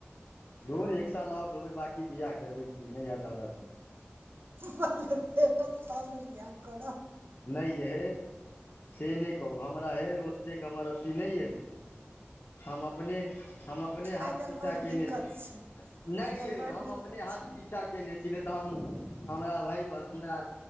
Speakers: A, on the left (about 55°); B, on the right (about 60°).
A: धौर एक साल औश्र धोबे बाँकी बिआह करबै की नै हैत हमरा सं।
B: पहिले भेटत तहन ने बियख करब।
A: नै यऽ। से नै कहू हमरा हे ओतेक हमर अथी नै अइ, हम अपने हम अपने हाथ
B: आइ काल्हि
A: पीछा
B: बड्ड
A: केने
B: दिक्कत
A: छी,
B: छै
A: नै
B: आइ काल्हि
A: यैऽ
B: बड्ड
A: हम
B: दिक्कत
A: अपने हाथ
B: छै
A: पीछा छा कयने छी, नै तऽ हम हमरा भय हमरा